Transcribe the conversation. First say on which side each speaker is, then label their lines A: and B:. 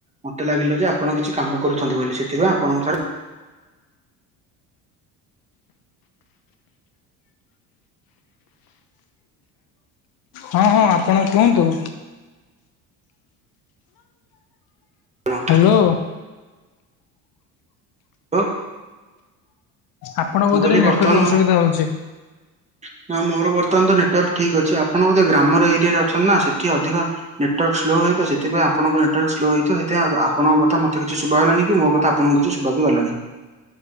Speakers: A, on the right (about 15°); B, on the left (about 60°).
A: ମତେ ଲାଗିଲା ଯେ ଆପଣ କିଛି କାମ କରୁଛନ୍ତି ବୋଲି ସେଥିପାଇଁ ଆପଣଙ୍କୁ ଛାଡ଼ି
B: ହଁ ହଁ ଆପଣ କୁହନ୍ତୁ।
A: ଥରେ
B: ହାଲୋ।
A: ଲୋ।
B: ଆପଣଙ୍କ ବୋଧରେ
A: କହିଲି
B: ନେଟୱାର୍କ
A: ବର୍ତ୍ତମାନ
B: ଅସୁବିଧା
A: ମୁଁ
B: ହଉଚି।
A: <inaudible> ନା ମୋର ବର୍ତ୍ତମାନ ତ ନେଟୱାର୍କ ଠିକ୍ ଅଛି ଆପଣ ବୋଧେ ଗ୍ରାମର ଏରିଆରେ ଅଛନ୍ତି ନା ସେଠି ଅଧିକ ନେଟୱାର୍କ ସ୍ଲୋ ହେଇ ତ ସେଥିପାଇଁ ଆପଣଙ୍କ ନେଟୱାର୍କ ସ୍ଲୋ ହେଇଥିବ ସେଥିପାଁ ଆ ଆପଣଙ୍କ କଥା ମତେ କିଛି ଶୁଭା ହେଲାନି କି ମୋ କଥା ଆପଣଙ୍କୁ କିଛି ଶୁ ବାଗୁଲ୍ ହେଲାନି।